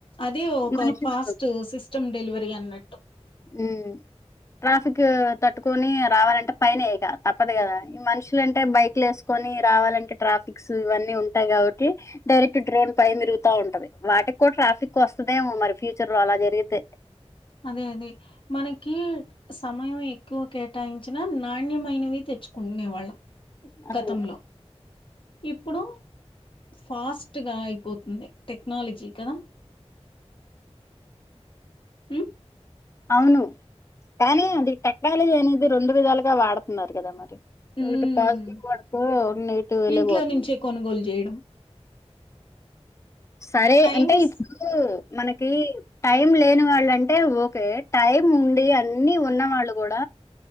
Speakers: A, on the left; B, on the left.
A: అదే ఒక
B: మనుషులు
A: ఫాస్ట్ సిస్ స్టం డెలివరీ అన్నట్టు
B: ఉ ట్రాఫిక్ తట్టుకొని రావాలంటే పైనే తప్పదు గాదా. ఈ మనుషులంటే బైక్లు వేసుకొని రావాలంటే ట్రాఫిక్స్ ఇవన్నీ ఉంటాయి. కాబట్టి డైరెక్ట్ డ్రోన్ పైన్నే తిరుగుత ఉంటది. వాటికి కూడా ట్రాఫిక్ వస్తదేమో మరి ఫ్యూచర్ లో అలా జరిగితే
A: అదే అదే మనకి సమయం ఎక్కువ కేటాయించిన నాణ్యమైనవి తెచ్చుకునే వాళ్ళం
B: అవును
A: గతంలో ఇప్పుడు ఫాస్ట్ గా అయిపోతుంది టెక్నాలజీ కదా హ్
B: అవును. కానీ అది టెక్నాలజీ అనేది రెండు విధాలుగా వాడుతున్నారు. కదా మరి
A: ఉమ్
B: ఒకటి పాజిటివ్ పడుకో నెగిటివ్ వెళ్ళపోతుంది
A: ఇంట్లో నుంచే కొనుగోలు చేయడం
B: సరే
A: టైమ్స్
B: అంటే ఇప్పుడు మనకి టైం లేని వాళ్ళంటే ఓకె టైం ఉండి అన్ని ఉన్న వాళ్ళు కూడ